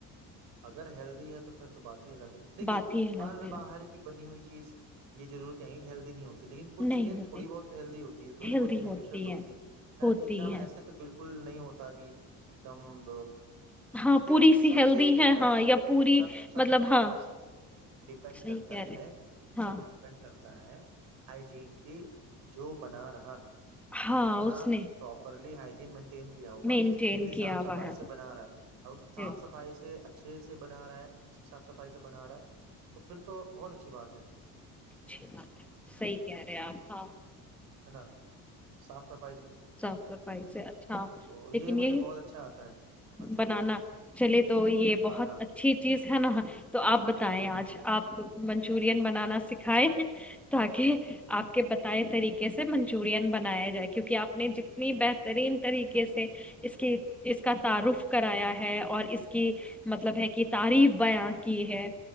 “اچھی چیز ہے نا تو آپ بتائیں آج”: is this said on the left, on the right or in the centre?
Centre